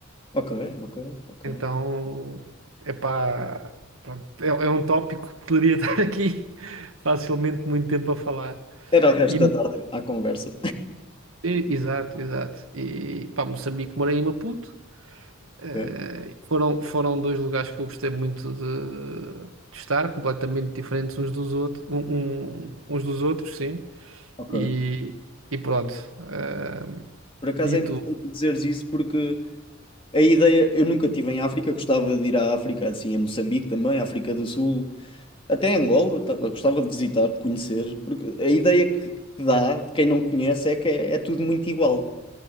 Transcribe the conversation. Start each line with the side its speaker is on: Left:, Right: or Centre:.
Left: Ok, ok, ok.
Right: Então, epá, pronto, é, é um tópico que poderia <laughs> estar aqui facilmente muito tempo a falar.
Left: Era o resto
Right: e
Left: da tarde à conversa.
Right: E- Exato, exato. E pá, Moçambique, morei em Maputo. Eh,
Left: Ok,
Right: foram, foram dois lugares que eu gostei muito de, de estar, completamente diferentes uns dos outros, um- um- uns dos outros, sim.
Left: ok.
Right: E, e pronto. Eh,
Left: Por acaso
Right: e
Left: é
Right: tu,
Left: interessante tu dizeres isso porque a ideia, eu nunca estive em África, gostava de ir à África, assim, a Moçambique também, África do Sul, até Angola, tá- eu gostava de visitar, de conhecer, porque a ideia que, que dá de quem não conhece é que é, é tudo muito igual.